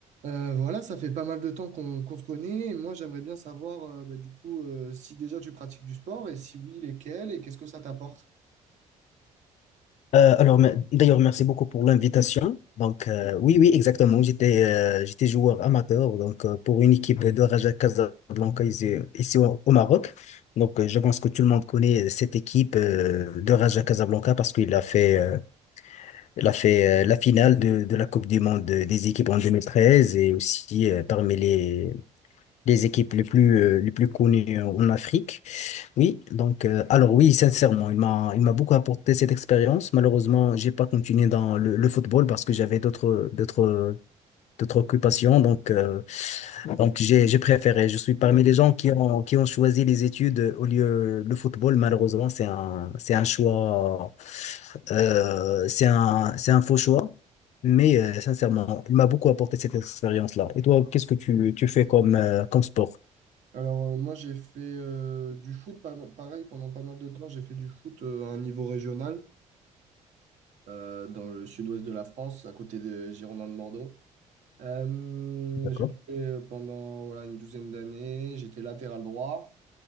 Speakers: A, on the right; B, on the left.
A: Euh, voilà, ça fait pas mal de temps qu'on qu'on se connaît et moi j'aimerais bien savoir euh, bah, du coup euh, si déjà tu pratiques du sport et si oui, lesquels et qu'est-ce que ça t'apporte?
B: Euh, alors, mais- d'ailleurs, merci beaucoup pour l'invitation. Donc, euh, oui, oui, exactement. J'étais euh, j'étais joueur amateur donc, euh, pour une équipe de Raja Casablanca ici, ici au, au Maroc. Donc, euh, je pense que tout le monde connaît cette équipe euh, de Raja Casablanca parce qu'il a fait, euh, il a fait euh, la finale de, de la Coupe du Monde des équipes en 2013 et aussi euh, parmi les, des équipes les plus, euh, les plus connues euh, en Afrique. Oui, donc, euh, alors oui, sincèrement, il m'a, il m'a beaucoup apporté cette expérience. Malheureusement, j'ai pas continué dans le, le football parce que j'avais d'autres, d'autres, d'autres occupations. Donc, euh, donc j'ai, j'ai préféré. Je suis parmi les gens qui ont, qui ont choisi les études au lieu le football. Malheureusement, c'est un, c'est un choix, euh, c'est un, c'est un faux choix. Mais euh, sincèrement, il m'a beaucoup apporté cette expérience-là. Et toi, qu'est-ce que tu, tu fais comme, euh, comme sport?
A: Alors euh, moi j'ai fait euh, du foot, pas- no-, pareil pendant pas mal de temps, j'ai fait du foot euh, à un niveau régional euh, dans le sud-ouest de la France, à côté des Girondins de Bordeaux. Euh,
B: D'accord.
A: j'ai joué euh, pendant voilà, une douzaine d'années, j'étais latéral droit.